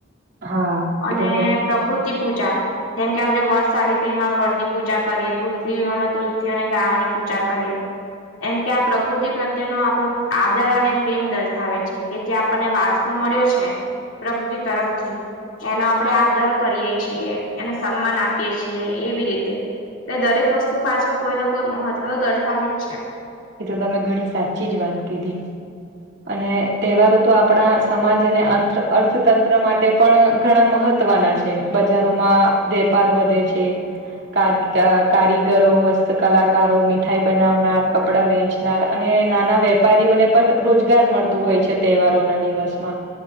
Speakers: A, on the right; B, on the left.
A: હા
B: અને
A: એ તો ગમે
B: કૃતિ પૂજા જેમ કે આપડણે વડ સાવિત્રી માં વડ ની પૂજા કરીએ તુલસી તુલસી અને ગાની પૂજા કરીએ એમ કે આ પ્રકૃતિ પ્રત્યેનો આપણો આદર અને પ્રેમ દર્શાવે છે કે જે આપણને વારસો મળ્યો છે પ્રકૃતિ તરફથી એનો આપણેે આદર કરીએ છીએ એને સન્માન આપીએ છીએ એવી રીતે એ દરેક વસ્તુ પાછળ કોઈને કોઈ મહત્વ તો દર્શાવે જ છે
A: એ તો તમે ઘણી સાચી જ વાત કીધી અને તહેવાર તો આપણા સમાજ અને અ અર્થતંત્ર માટે પણ ઘણા મહત્. ના છે બજારોમાં વેપાર વધે છે કાર કારીગરો હસ્ત કલાકારો મીઠાઈ બનાવનાર કપડા વેંચનાર અને નાના વેપારીઓને પણ રોજગાર મળતું હોય છે તહેવારોના દિવસમાં